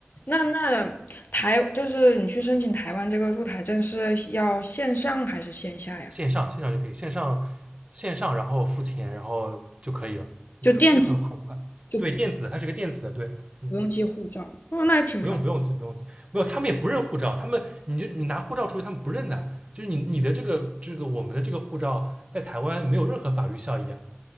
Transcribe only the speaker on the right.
线上线上就可以，线上线上然后付钱然后就可以了，
嗯，就很很快。
对，电子的，它是个电子的，对，嗯，
不用不用急不用急，没有，他们也不认护照，他们你就你拿护照出去，他们不认的，就是你你的这个这个我们的这个护照在台湾没有任何法律效益啊，